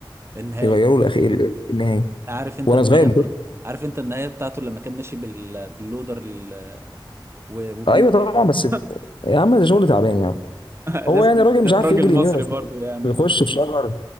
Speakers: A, on the right (about 30°); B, on the left (about 75°).
A: النهايه
B: يغيروا الاخير النهايه
A: عارف انت
B: وانا
A: النهايه
B: صغير
A: برضه عارف انت النهايه بتاعته لما كان ماشي بال... باللودر ال... و... وبيجي
B: ايوه طبعا
A: <laughs>
B: بس يا عم ده شغل تعبان يعني
A: لازم
B: هو يعني راجل
A: الاخراج
B: مش عارف يجري
A: المصري
B: يمين ولا شمال
A: برضه يعني
B: بيخش في شجر